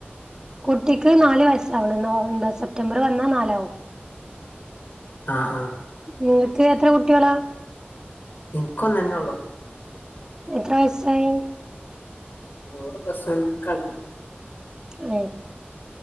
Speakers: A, on the right; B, on the left.
A: കുട്ടിക്ക് നാല് വയസാവ്ണ് എന്താ സെപ്റ്റംബർ വന്നാൽ നാലാവും.
B: ആഹ് ആഹ്
A: ഇങ്ങക്ക് എത്ര കുട്ടികളാ
B: ഇനിക്കൊന്ന് തന്നെയ ഒള്ളൂ
A: എത്ര വയസായി
B: ഓള് പ്ലസ് വൺ ക്ക് ആണ്
A: ഏഹ്